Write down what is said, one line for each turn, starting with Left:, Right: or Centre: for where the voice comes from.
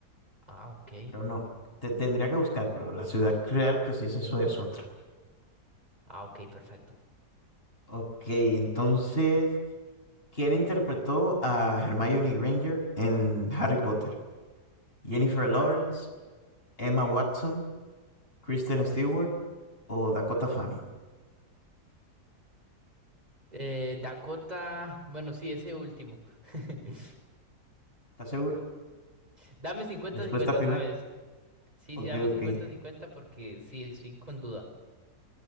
Right: Ah, ok.
Left: pero no. Te tendría que buscar, pero la ciudad real que sí es eso es otra.
Right: Ah, ok, perfecto.
Left: Ok, entonces, ¿quién interpretó a Hermione Granger en Harry Potter? ¿Jennifer Lawrence, Emma Watson, Kristen Stewart o Dakota Fanning?
Right: Eh, Dakota. Bueno, sí, ese último. <laughs>
Left: ¿Estás seguro?
Right: Dame cincuenta,
Left: Respuesta
Right: cincuenta,
Left: final.
Right: ¿sabes? Sí,
Left: Ok,
Right: sí, dame
Left: ok.
Right: cincuenta, cincuenta, porque sí, estoy con duda.